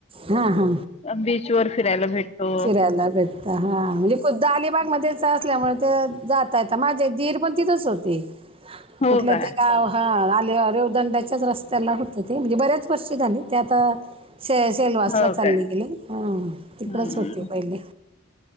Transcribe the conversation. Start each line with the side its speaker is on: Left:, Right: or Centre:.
Right: हा हा
Left: बीच वर फिरायला भेटतो
Right: फिरायला भेटता हा म्हणजे खुद्द अलिबाग मध्ये असल्यामुळे ते जात येत माझे दीर पण तिथच होते,
Left: हो
Right: कुठलं
Left: काय
Right: ते गाव हा आले रेवदंडाच्याच रस्त्याला होतं, ते म्हणजे बऱ्याच वर्षी झाले ते आता शे सेलवासला
Left: हो
Right: चालले
Left: काय
Right: गेले ह तिकडच
Left: हम्म
Right: होते पहिले.